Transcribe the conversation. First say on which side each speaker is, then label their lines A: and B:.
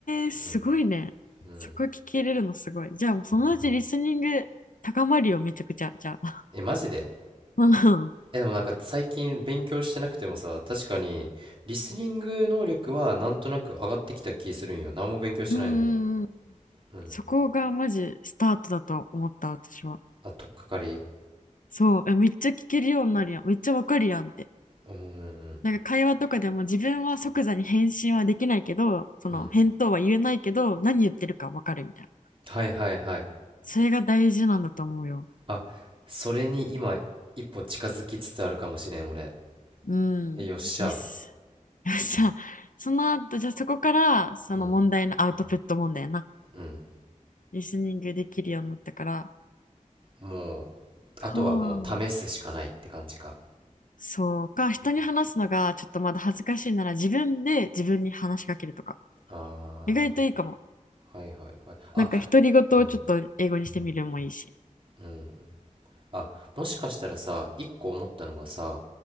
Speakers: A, on the left; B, on the right.
A: ー、すごいね。
B: うんうん
A: そこ聞けれるのすごい。じゃあ、もうそのうちリスニング高まるよ、めちゃくちゃ。じゃあ。
B: え、マジで
A: <laughs> うん
B: え、でもなんか最近勉強してなくてもさ、確かにリスニング能力はなんとなく上がってきた気するんよ。何も勉強してないのに。
A: うんうん。
B: うん。
A: そこがマジスタートだと思った、私は。
B: あ、とっかかり。
A: そう、えめっちゃ聞けるようになるやん。めっちゃわかるやんって。
B: うーん。
A: なんか会話とかでも自分は即座に返信はできないけど、その返答は言えないけど、
B: うん。
A: 何言ってるかわかるみたいな。
B: はいはいはい。
A: それが大事なんだと思うよ。
B: あ、それに今一歩近づきつつあるかもしれん俺。
A: うん。
B: えよっしゃ。
A: よし。よっしゃ。その後、じゃあそこから、その問題のアウトプット問題やな。
B: うん。うん。
A: リスニングできるようになったから。
B: もう、
A: かあ。
B: あとはもう試すしかないって感じか。
A: そうか。人に話すのがちょっとまだ恥ずかしいなら自分で自分に話しかけるとか。
B: あ
A: 意外といいかも。
B: ー、はいはいはい。あ、
A: なんか独り言をちょっと英語にしてみるもいいし。
B: うん。うん。あ、もしかしたらさ、一個思ったのがさ、